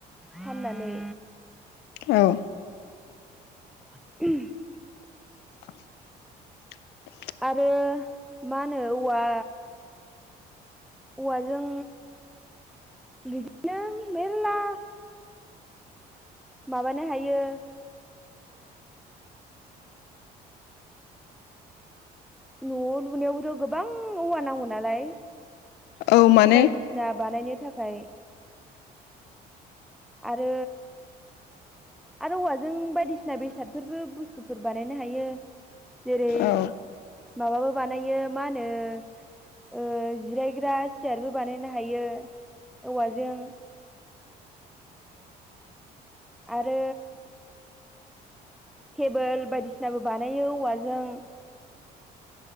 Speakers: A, in the centre; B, on the left.
A: फाननानै
B: औ
A: <inaudible>
B: <inaudible>
A: आरो मा होनो औवा औवाजों बिदिनो मेरला माबानो हायो न' लुनायावबोथ' गोबां औवा नांगौ नालाय
B: औ माने
A: बायदिसिना बानायनो थाखाय आरो आरो औवाजों बायदिसिना बेसादफोरबो बुस्थुफोर बानायनो हायो जेरै
B: औ
A: माबाबो बानायो मा होनो ओ जिरायग्रा सियारबो बानायनो हायो औवाजों आरो टेबोल बायदिसिनाबो बानायो औवाजों